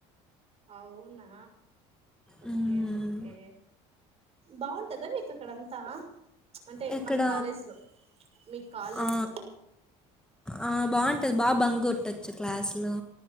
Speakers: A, on the right; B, in the centre.
A: అవునా ఒకే
B: హ్మ్.
A: ఒకే బావుం టదా మీకు అక్కడంతా అంటే
B: ఎక్కడ
A: మన కాలేజ్ లో మీ కాలేజ్
B: ఆ,
A: లో
B: ఆ, బాగుంటుంది బాగా బంగ్ కొట్టోచ్చు క్లాస్లో